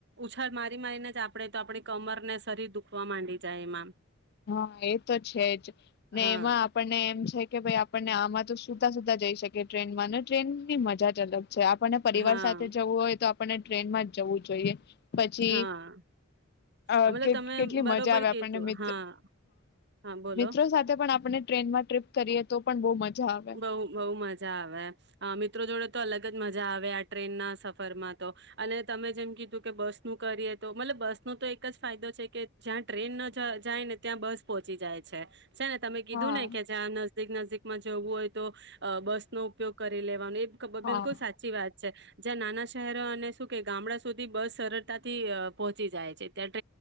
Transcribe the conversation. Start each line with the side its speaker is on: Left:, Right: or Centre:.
Right: ઉછાળ મારી મારીને જ આપણેે આપણી કમર ને શરીર દુખવા માંડી જાય એમાં
Left: હા એ તો છે જ ને
Right: હા
Left: એમાં આપણને એમ છે કે ભાઈ આપણને આમાં તો સુદા સુધા જઈ શકી ટ્રેનમાં ને ટ્રેન ની મજા જ અલગ આપણને પરિવાર
Right: હા
Left: સાથે જવું હોય તો આપને ટ્રેનમાં જવું જોઈએ. પછી
Right: હા
Left: અ
Right: મતલબ
Left: કેટલી
Right: તમે
Left: મજા
Right: બરોબર
Left: આવે.
Right: કીધું હા હા બોલો
Left: મિત્રો સાથે પણ આપણે ટ્રેનમાં ટ્રીપ કરીએ તો પણ બહુ મજા આવે
Right: બઉ બહુ મજા આવે મિત્રો જોડે તો અલગ જ મજા આવે આ ટ્રેન ના સફરમાં તો અને તમે જેમ કીધું કે બસ નું કરીએ તો મતલબ બસ નો તો એક જ ફાયદો છે કે જ્યાં ટ્રેન ન જાય ને ત્યાં બસ પોહોંચી જાય છે. છે ને તમે કીધું
Left: હા
Right: ને કે જે આ નજીદીક નજીદીક માં જવું હોય તો, બસ નો ઉપયોગ કરી લેવાનો એ
Left: હા
Right: બિલકુલ સાચી વાત છે. જ્યાં નાના શહેરો અને શું કે ગામડા સુધી બસ સરળતાથી પહોંચી જાય છે ત